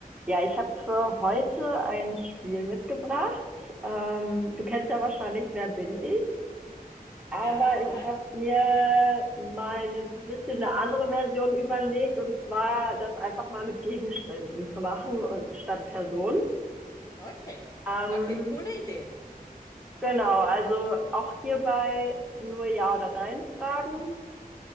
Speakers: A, in the centre; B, on the left.
A: Ja, ich habe für heute ein Spiel mitgebracht. Ähm, du kennst ja wahrscheinlich Wer bin ich?
B: Ja,
A: Aber ich habe mir mal eine bisschen eine andere Version überlegt und zwar das einfach mal mit Gegenständen zu machen und statt Personen.
B: okay.
A: Ähm,
B: Okay, coole Idee.
A: genau, also auch hierbei nur Ja oder Nein fragen.